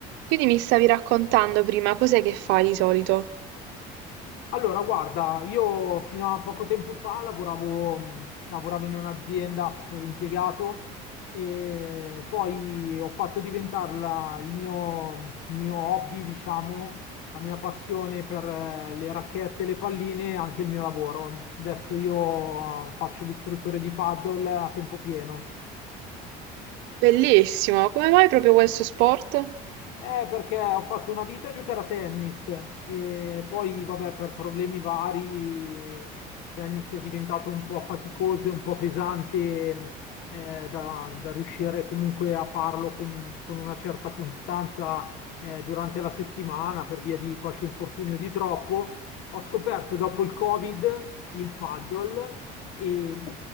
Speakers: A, on the right; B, on the left.
A: Quindi mi stavi raccontando prima, cos'è che fai di solito?
B: Allora, guarda, io fino a poco tempo fa lavoravo, mh, lavoravo in un'azienda, facevo l'impiegato e poi ho fatto diventare la- il mio, il mio hobby, diciamo, la mia passione per eh, le racchette, le palline, e anche il mio lavoro. Adesso io eh, faccio l'istruttore di paddle a tempo pieno.
A: Bellissimo, come mai proprio questo sport?
B: Eh, perché ho fatto una vita a giocare a tennis e poi, vabbè, per problemi vari, il tennis è diventato un po' faticoso e un po' pesante eh, da, da riuscire comunque a farlo con, con una certa costanza eh, durante la settimana per via di qualche infortunio di troppo. Ho scoperto dopo il Covid il paddle e,